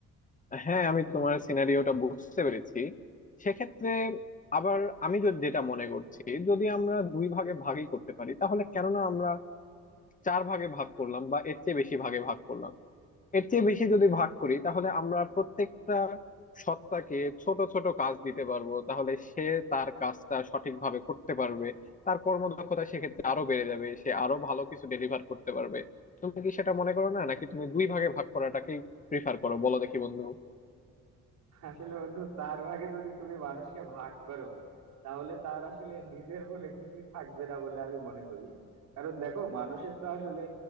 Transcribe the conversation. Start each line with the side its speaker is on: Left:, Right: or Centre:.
Left: হ্যাঁ আমি তোমার সিনারিওটা বুঝতে পেরেছি সেক্ষেত্রে আবার আমি যদি যেটা মনে করছি যদি আমরা দুই ভাগে ভাগই করতে পারি তাহলে কেননা আমরা চার ভাগে ভাগ করলাম বা এর চেয়ে বেশি ভাগে ভাগ করলাম এর চেয়ে বেশি যদি ভাগ করি তাহলে আমরা প্রত্যেকটা সত্তাকে ছোট ছোট কাজ দিতে পারবো তাহলে সে তার কাজটা সঠিকভাবে করতে পারবে তার কর্মদক্ষতা সেক্ষেত্রে আরো বেড়ে যাবে সে আরো ভালো কিছু ডেলিভার করতে পারবে তুমি কি সেটা মনে করো না নাকি তুমি দুই ভাগে ভাগ করাটাকেই প্রিফার করো বলো দেখি বন্ধু
Right: আসলে বন্ধু চার ভাগে যদি তুমি মানুষকে ভাগ করো তাহলে তার আসলে নিজের বলে কিছুই থাকবে না বলে আমি মনে করি কারণ দেখো মানুষের তো আসলে